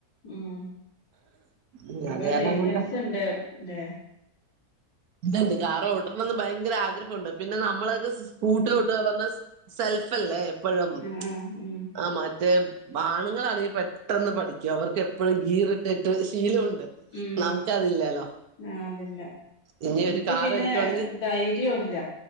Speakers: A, on the left (about 85°); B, on the right (about 70°).
A: ഉം
B: ഉം,
A: അപ്പൊ
B: അത് കാരണം
A: ലൈസൻസ്ണ്ട്
B: കൊണ്ട്
A: ല്ലേ?
B: ഇണ്ട്ണ്ട് കാറ് ഓട്ടണംന്ന് ഭയങ്കരാഗ്രഹവുണ്ട് പിന്നെ നമ്മളത് സ്കൂട്ടറോട്ട
A: ഉം
B: പറഞ്ഞ സെൽഫ ല്ലേ? എപ്പഴും
A: ആ ആ ഉം
B: ആ മറ്റേ ആണുങ്ങളാണെങ്കി പെട്ടെന്ന് പഠിക്കും അവർക്കെപ്പഴും ഗീറിട്ടിട്ട് ശീലമുണ്ട്
A: ഉം
B: നമുക്കതില്ലല്ലോ
A: ആ അതില്ല
B: ഇനി
A: എനിക്ക്
B: ഒരു കാർ
A: പിന്നെ
B: എടുക്കുവാണെങ്കിൽ
A: ധൈര്യോല്ല